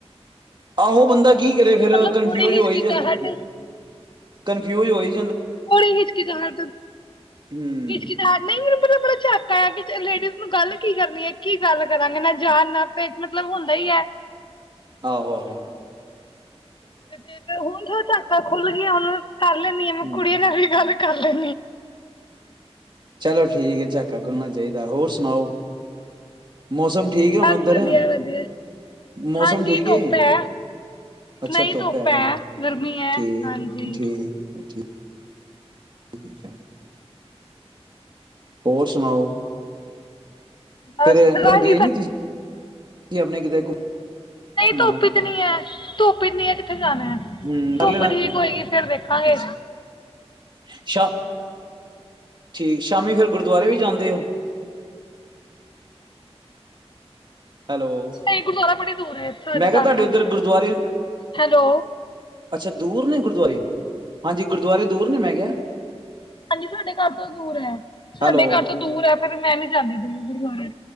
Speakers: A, on the right; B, on the left.
A: ਆਹੋ ਬੰਦਾ ਕੀ
B: ਮਤਲਬ
A: ਕਰੇ ਫੇਰ ਕਨਫਿਊਜ
B: ਥੋੜੀ ਹਿਚਕਿਚਾਹਟ
A: ਹੋ ਹੀ ਜਾਂਦਾ। ਕੰਨਫਿਊਜ ਹੋਈ।
B: ਕੋੜੀ ਹਿਚਕੀ ਜਾਰ
A: ਹੂੰ
B: ਹਿਚਕੀ ਜਾ ਨਹੀਂ ਮੈਨੂੰ ਪਤਾ ਬੜਾ ਝਾਕਾ ਲੇਡੀਜ਼ ਨੂੰ ਗੱਲ ਕੀ ਕਰਨੀ ਏ ਕੀ ਗੱਲ ਕਰਾਂਗੇ ਨਾ ਜਾਣ ਪਹਿਚਾਣ ਮਤਲਬ ਹੁੰਦਾ ਹੀ ਏ।
A: ਆਹੋ ਹੋ
B: ਤੇ ਫੇਰ ਹੁਣ ਥੋੜ੍ਹਾ ਘਟ ਖੁੱਲ ਗਈ ਹੁਣ ਕਰ ਲੈਂਦੀ ਆ
A: ਹੂੰ
B: ਕੁੜੀਆਂ ਨਾਲ ਵੀ ਗੱਲ ਕਰ ਲੈਂਣੀ।
A: ਚਲੋ ਠੀਕ ਏ ਝਾਕਾ ਖੁੱਲਣਾ ਚਾਹੀਦਾ। ਹੋਰ ਸੁਣਾਓ ਮੌਸਮ ਠੀਕ ਏ ਹੁਣ
B: ਬਸ
A: ਉੱਧਰ
B: ਵਧੀਆ ਵਧੀਆ
A: ਮੌਸਮ
B: ਹਾਂਜੀ
A: ਠੀਕ
B: ਧੁੱਪ
A: ਏ।
B: ਹੈ
A: ਅੱਛਾ
B: ਨਹੀਂ
A: ਧੁੱਪ ਹੈ ਅਜੇ
B: ਗਰਮੀ ਹੈ
A: ਠੀਕ
B: ਹਾਂਜੀ।
A: ਠੀਕੀ <inaudible> ਹੋਰ ਸੁਣਾਓ
B: <unintelligible> ਨਹੀਂ
A: ਫਿਰ ਗਏ ਨੀ ਤੁਸੀਂ ਆਪਣੇ ਕਿਤੇ ਘੁੰਮਣ
B: ਧੁੱਪ ਚ ਨੀ ਹੈ ਧੁੱਪ ਪਿੰਨੀਆਂ ਕਿਥੇ ਜਾਣਾ ਆ
A: ਹਮ ਕਰ
B: ਧੁੱਪ
A: ਲੈਣਾ
B: ਠੀਕ ਹੋਏਗੀ ਫੇਰ ਦੇਖਾਂਗੇ
A: ਅੱਛਾ ਸ਼ਾ ਠੀਕ ਸ਼ਾਮੀ ਫੇਰ ਗੁਰਦੁਆਰੇ ਵੀ ਜਾਂਦੇ ਹੋ ਹੈਲੋ,
B: ਨਹੀਂ ਗੁਰਦੁਆਰਾ ਬੜੀ ਦੂਰ ਹੈ ਸਾਡੇ
A: ਮੈਂ
B: ਘਰ
A: ਕਿਹਾ ਤੁਹਾਡੇ
B: ਤੋਂ।
A: ਉੱਧਰ ਗੁਰਦੁਆਰੇ
B: ਹੈਲੋ
A: ਅੱਛਾ ਦੂਰ ਨੇ। ਗੁਰਦੁਆਰੇ ਹਾਂਜੀ ਗੁਰਦੁਆਰੇ ਦੂਰ ਨੇ। ਮੈਂ ਕਿਹਾ
B: ਹਾਂਜੀ ਸਾਡੇ ਘਰ ਤੋਂ ਦੂਰ ਹੈ ਸਾਡੇ
A: ਹੈਲੋ
B: ਘਰ ਤੋਂ ਦੂਰ ਹੈ। ਫਿਰ ਮੈਂ ਜਾਂਦੀ ਗੁਰਦੁਆਰੇ